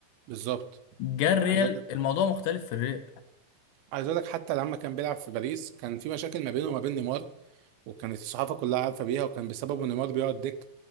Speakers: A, on the right; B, on the left.
A: بالظبط
B: جه الريال
A: عايز أقول
B: الموضوع مختلف في الريال
A: عايز اقول لك حتى لما كان بيلعب في باريس كان في مشاكل ما بينه وما بين نيمار وكانت الصحافه كلها عارفه بيها وكان بسببه نيمار بيقعد دك